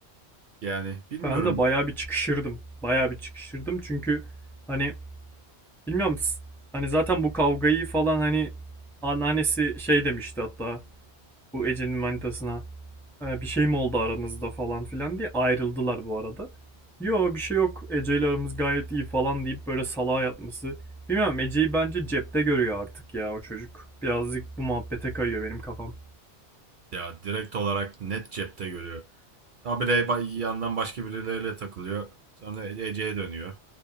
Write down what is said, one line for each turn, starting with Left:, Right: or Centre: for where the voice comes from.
Right: Yani bilmiyorum
Centre: Ben de bayağı bir çıkışırdım. Bayağı bir çıkışırdım çünkü hani bilmiyorum hani zaten bu kavgayı falan hani anneannesi şey demişti hatta. bu Ece'nin manitasına "E, bir şey mi oldu aranızda falan filan diye ayrıldılar bu arada. Yo bir şey yok Ece aramız gayet iyi falan deyip böyle salağa yatması. Bilmem Ece'yi bence cepte görüyor artık ya o çocuk. Birazcık bu muhabbete kayıyor benim kafam.
Right: ya direkt olarak net cepte görüyor. Habire ba- yandan başka birileriyle takılıyor. Sonra Ece'ye dönüyor